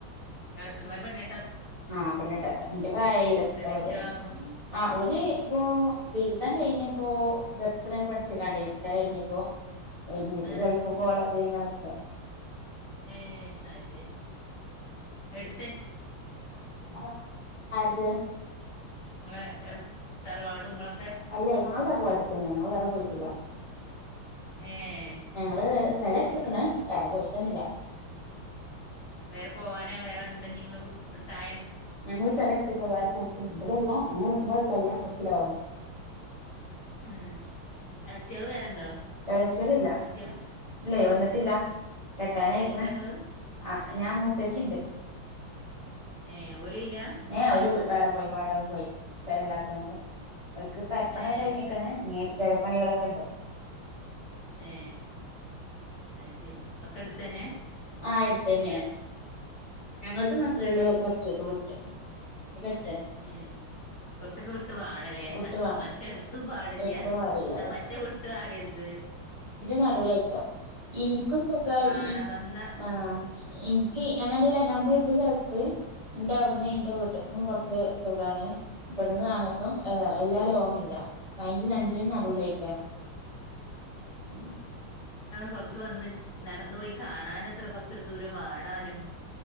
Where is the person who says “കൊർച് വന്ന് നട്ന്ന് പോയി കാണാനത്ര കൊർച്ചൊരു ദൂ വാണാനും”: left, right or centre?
Left